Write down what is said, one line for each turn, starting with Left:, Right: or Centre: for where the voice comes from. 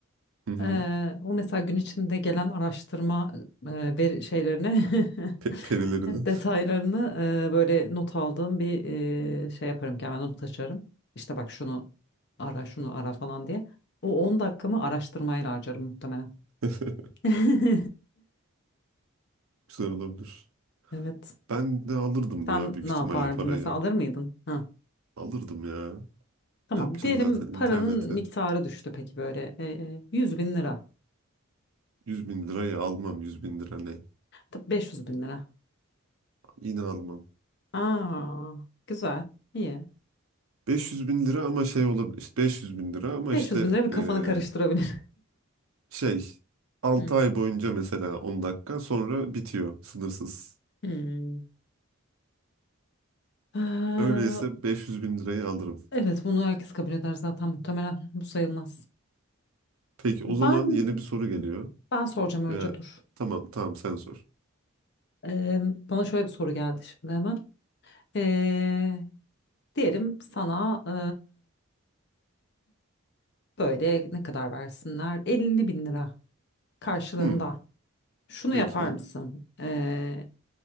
Right: Hı hı.
Left: Eee, o mesela gün içinde gelen araştırma eee veri şeylerini
Right: Pe- perilerini.
Left: <laughs> detaylarını eee, böyle not aldığım bir eee, şey yaparım ki hemen not açarım. İşte bak şunu ara şunu ara falan diye. O 10 dakikamı araştırmayla harcarım muhtemelen.
Right: <laughs>
Left: <laughs>
Right: Güzel olabilir.
Left: Evet.
Right: Ben de alırdım
Left: Sen
Right: ya büyük
Left: ne
Right: ihtimalle
Left: yapardın
Right: parayı.
Left: mesela alır mıydın? Ha.
Right: Alırdım ya.
Left: Tamam.
Right: Ne yapacaksın
Left: Diyelim
Right: zaten internete?
Left: paranın miktarı düştü peki böyle eee 100 bin lira.
Right: yüz bin lirayı almam 100 bin lira ne?
Left: Tabii 500 bin lira.
Right: Yine almam.
Left: Aa, güzel. İyi.
Right: beş yüz bin lira ama şey olabilir. İşte 500 bin lira ama
Left: 500
Right: işte
Left: bin lira bir kafanı
Right: eee,
Left: karıştırabilir.
Right: şey altı
Left: <laughs> Hı.
Right: ay boyunca mesela 10 dakika sonra bitiyor sınırsız.
Left: Hmm. Ee,
Right: Öyleyse 500 bin lirayı alırım.
Left: evet bunu herkes kabul eder zaten muhtemelen. Bu sayılmaz.
Right: Peki o
Left: Ben
Right: zaman yeni bir soru geliyor.
Left: ben soracağım önce
Right: Veya
Left: dur.
Right: tamam tamam sen sor.
Left: Ee, bana şöyle bir soru geldi şimdi hemen. Ee, diyelim sana ee, böyle ne kadar versinler? 50 bin lira karşılığında.
Right: Hmm,
Left: Şunu
Right: peki
Left: yapar mısın? Ee,